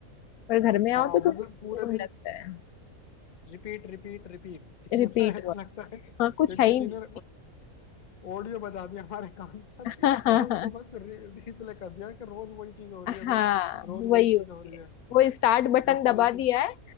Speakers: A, on the left; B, on the left.
A: पर घर में आओ
B: हाँ
A: तो
B: मतलब
A: थोड़ा सुकून
B: पूरे दिन
A: लगता है
B: रिपीट रिपीट रिपीट <laughs>
A: Repeat
B: मतलब ऐसा
A: work
B: लगता है कि
A: हाँ कुछ है
B: किसी
A: ही नहीं
B: ने ऑडियो बजा दिया हमारे कान पर
A: <laughs> हाँ
B: और उसको बस रिप्ले कर दिया कि रोज वही चीज हो रही
A: हाँ
B: है रोज रोज
A: वही
B: वही चीज
A: होती
B: हो रही
A: है
B: है
A: वो स्टार्ट बटन
B: इस
A: दबा
B: तरीके
A: दिया
B: की
A: है